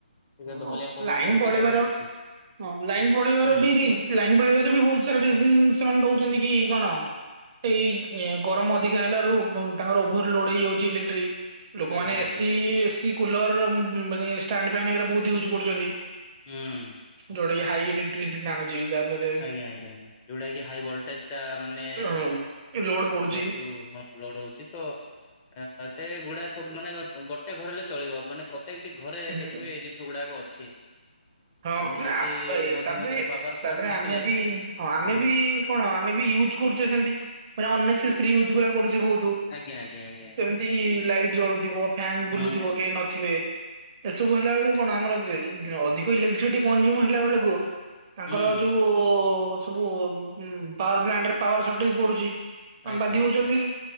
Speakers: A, on the left; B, on the right.
A: ଏବେ
B: ହଁ
A: ଦହଲିଆ ପବନ
B: ଲାଇନ୍
A: ହଉଛି
B: ପଳେଇବାର
A: ତ ବସିଛି
B: ହଁ ଲାଇନ୍ ପଳେଇବାର
A: ହୁଁ
B: ବିରି ଲାଇନ୍ ପଳେଇବାରେ ବି ବହୁତ ସାରା ରିଜିନ ସେମାନେ ଦଉଛନ୍ତି କି କଣ ଏଇ ଗରମ ଅଧିକା ହେଲାରୁ ତାଙ୍କର ଓଭର ଲୋଡ ହେଇଯାଉଛି ଇଲେକ୍ଟ୍ରି। ଲୋକମାନେ
A: ଆଜ୍ଞା ଆଜ୍ଞା
B: ଏସି
A: ଆଜ୍ଞା।
B: ଏସି କୁଲର ମାନେ ଷ୍ଟାଣ୍ଡଫ୍ୟାନ ହେରୀକା ବହୁତ ୟୁଜ୍ କରୁଛନ୍ତି।
A: ହୁଁ
B: ଯୋଉଟା କି ହାଇ ଇଲେକ୍ଟ୍ରିସିଟି ଆଣୁଛି ଯାହା ଫଳରେ
A: ଆଜ୍ଞା ଆଜ୍ଞା ଯୋଉଟା କି ହାଇ ଭୋଲଟେଜ ଟା ମାନେ
B: ହଁ ଲୋଡ ପଡୁଛି।
A: ଯେହେତୁ ଲୋଡହଉଛି ତ ଏତେ ଗୁଡା ସବୁ ମାନେ ଗୋଟେ ଘର ହେଲେ ଚଳିବ ମାନେ ସେମତି ଘରେ
B: ହୁଁ
A: ଦେଖିବେ ଏଇ ଜିନିଷ ଗୁଡାକ ଅଛି।
B: ହଁ
A: ତ ନିହାତି
B: ମାନେ
A: ମଝି
B: ତାପରେ
A: ମଝିରେ ପାୱାର କଟ
B: ତାପରେ
A: ନ
B: ଆମେ
A: କଲେ
B: ବି ହଁ ଆମେ
A: ହୁଁ
B: ବି କଣ ଆମେ ବି ୟୁଜ୍ କରୁଛେ ସେମତି ମାନେ ଅନ ନେସେସେରି ୟୁଜ୍ କରିବାକୁ ପଡୁଛି ବହୁତ।
A: ଆଜ୍ଞା ଆଜ୍ଞ ଆଜ୍ଞା।
B: ଲାଇଟ୍ ଜଳୁଥିବ ଫ୍ୟାନ
A: ହୁଁ
B: ବୁଲୁଥିବ କେହି ନଥିବେ। ଏସବୁ ହେଲା ବେଳକୁ କଣ ଆମର ଅଧିକ ଇଲେକ୍ଟ୍ରିସିଟି କନଜିୟୁମ ହେଲା ବେଳକୁ ତାଙ୍କର
A: ହୁଁ
B: ଯୋଉ ସବୁ ପାୱାର ପ୍ଲାଣ୍ଟରେ ପାୱାର ସର୍ଟେଜ ପଡୁଛି। ଆମେ
A: ଆଜ୍ଞା
B: ବାଧ୍ୟ
A: ଆଜ୍ଞା
B: ହଉଛନ୍ତି